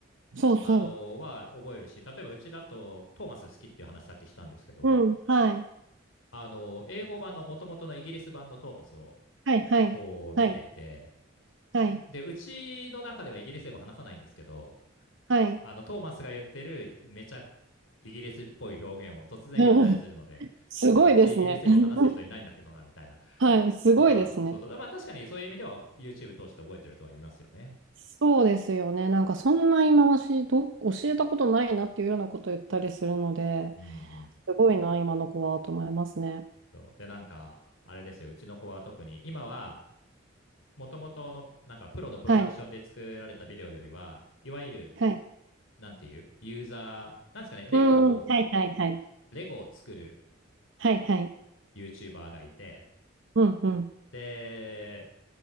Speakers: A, on the right; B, on the left.
A: そうそ
B: あのは覚えるし、例えばうちだとトーマス好きっていう話さっきしたんですけど、
A: う。うん、はい。
B: あの英語版の元々のイギリス版のトーマスを
A: はい、はい、
B: こう見ていて、
A: はい、はい、
B: で、うちの中ではイギリス英語話さないんですけど、
A: はい。
B: あのトーマスが言ってるめちゃイギリスっぽい表現を突然言ったりするので、
A: うん、すごいですね。
B: うちイギリス英語話す人いないんだけどなみたいな
A: <laughs> はい、すごいですね。
B: ことは、そうそう、まあ確かにそういう意味では YouTube 通して覚えてるとは言いますよね。
A: そうですよね。なんかそんな今ましど、教えたことないなっていうようなことを言ったりするので、
B: うんうん。
A: すごいな、今の子はと思いますね。
B: そうで、なんか、あれですよ、うちの子は特に今はもともとのなんかプロのプロダクションで作られたビデオよりは、
A: はい、
B: いわゆる、
A: はい。
B: なんていうユーザー、なんですかね、レゴを、
A: うん、うんはい、はい、はい。
B: レゴを作る
A: はい、はい。
B: YouTuber がいて、
A: うん、うん。
B: で、